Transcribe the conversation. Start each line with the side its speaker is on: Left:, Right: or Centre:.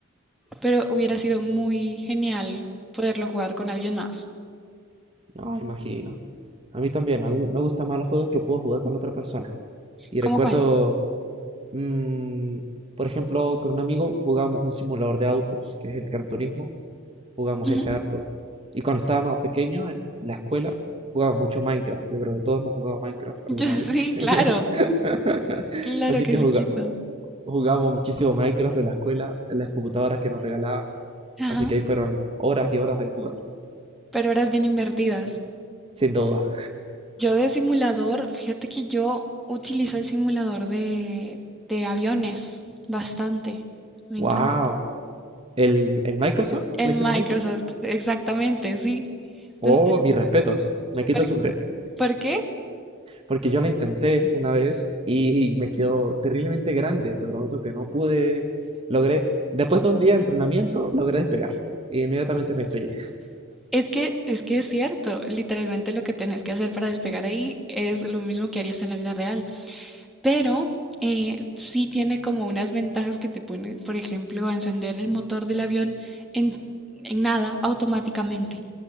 Centre: pero hubiera sido muy genial poderlo jugar con alguien más.
Right: No, imagino. A mí también. A mí me gustan más los juegos que puedo jugar con otra persona. Y
Centre: ¿Cómo
Right: recuerdo,
Centre: cuál?
Right: mm, por ejemplo, con un amigo jugábamos un simulador de autos, que es el Gran Turismo. Jugamos
Centre: Ujú.
Right: ese harto. Y cuando estaba más pequeño en, en la escuela, jugábamos mucho Minecraft. Yo creo que todos hemos jugado Minecraft
Centre: <laughs> Yo
Right: alguna vez.
Centre: sí,
Right: <laughs>
Centre: claro, claro
Right: Así
Centre: que
Right: que
Centre: sí, quién no.
Right: Jugábamos muchísimo Minecraft en la escuela, en las computadoras que nos regalaban,
Centre: Ajá,
Right: así que ahí fueron horas y horas ahí jugando,
Centre: pero horas bien invertidas.
Right: sin duda.
Centre: Yo de simulador, fíjate que yo utilizo el simulador de, de aviones bastante. Me encanta.
Right: ¡Wow! ¿El, el Microsoft
Centre: El
Right: Flight
Centre: Microsoft,
Right: Simulator?
Centre: exactamente, sí. Entonces,
Right: Oh, mis respetos, me quito
Centre: ¿por,
Right: el sombrero,
Centre: por qué?
Right: porque yo lo intenté una vez y me quedó terriblemente grande, te prometo que no pude, logré, después de un día de entrenamiento, logré despegar, e inmediatamente me estrellé.
Centre: Es que, es que es cierto, literalmente lo que tenés que hacer para despegar ahí es lo mismo que harías en la vida real, pero eh, sí tiene como unas ventajas que te pone, por ejemplo, a encender el motor del avión en, en nada automáticamente.